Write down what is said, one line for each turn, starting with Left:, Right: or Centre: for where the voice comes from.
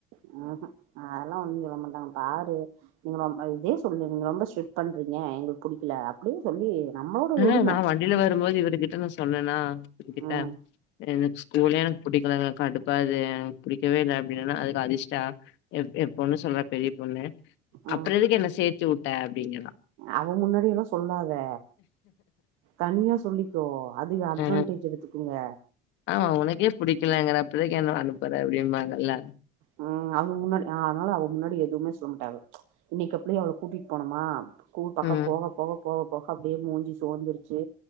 Right: ஹும் ஹும் அதெல்லா ஒண்ணு சொல்ல மா நாம் பாரு நீங்க ரொம்ப இதே சொல்லு நீங்க ரொம்ப ஸ்ட்ரிக்ட் பண்றீங்க எங்களுக்கு புடிக்கல அப்டியே சொல்லி நம்மளோட
Left: ஆஹ்
Right: உரிம
Left: நான் வண்டியில வரும்போது இவருகிட்ட நா சொ சொன்னேன்னா கிட்ட
Right: ம்
Left: எனக்கு ஸ்கூல்லே எனக்கு புடிக்கலங்க கண்டுப்பாது புடிக்கவே இல்ல அப்டின்னனா அதுக்கு அதிர்ஷ்டா எ பொண்ணு சொல்ற பெரிய பொண்ணு
Right: ம்
Left: அப்பறோ எதுக்கு என்ன சேத்தி வுட் டா அப்டிங்கற
Right: அவ முன்னாடி எல்லா சொல்லாத தனியா சொல்லிக்கோ அதுக அட்வான்டேஜ்
Left: ஆ
Right: எடுத்துக்கங்க
Left: ஆமா உனக்கே புடிக்கலாங்கன்ற அப்ப எதுக்கு என்ன அனுப்புற அப்டிமாங்கல்ல
Right: உஹம் அவங்கக்கு முன்னாடி் அதனால அவ முன்னாடி எதுவுமே சொல்ல மாட்டாவ இன்னைக்கி அப்டியே அவள கூட்டிட்டு போனோமா ஸ்கூல் பக்கம்
Left: ம்
Right: போக போக போக போக அப்டியே மூஞ்சி சோந்துருச்சு